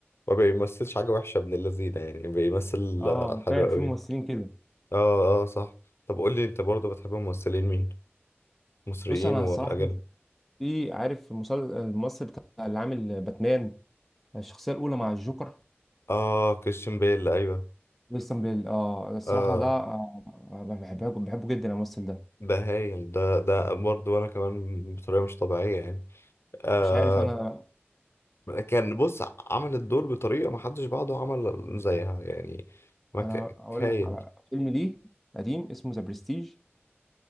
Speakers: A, on the left; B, in the centre.
A: ما بيمثلش حاجه وحشه ابن اللذينه يعني بيمثل
B: اه
A: آه،
B: انا
A: حلو
B: فاهم
A: قوي
B: في ممثلين كده
A: اه اه صح طب قول لي انت برضه بتحب ممثلين مين مصريين
B: بص انا
A: واجانب
B: الصراحه في في- عارف المسل- الممثل بتاع اللي عامل باتمان الشخصيه الاولى مع الجوكر
A: اه كريستيان بيل ايوه
B: كريستيان بيل اه الصراحه
A: اه
B: ده آه، بحبه بحبه جدا الممثل ده
A: ده هايل ده ده برضه انا كمان بطريقه مش طبيعيه يعني آه
B: مش عارف انا
A: كان بص عمل الدور بطريقه ما حدش بعده عمل زيها يعني ما
B: انا
A: ك-
B: اقول
A: هايل
B: لك على فيلم ليه قديم اسمه ذا برستيج